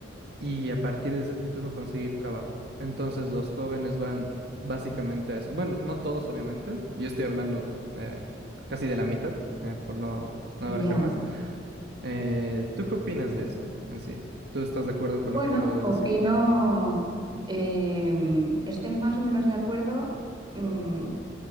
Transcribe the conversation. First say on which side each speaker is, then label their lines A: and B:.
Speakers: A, on the right; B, on the right.
A: y a partir de ese título conseguir trabajo. Entonces los jóvenes van básicamente a eso. Bueno, no todos obviamente, yo estoy hablando eh, casi de la mitad, eh, por no no
B: Ya,
A: abarcar más Eh, ¿tú qué opinas de eso en sí? ¿Tú estás de acuerdo con
B: bueno,
A: lo que acabo de
B: opino,
A: decir?
B: em, estoy más o menos de acuerdo, mm,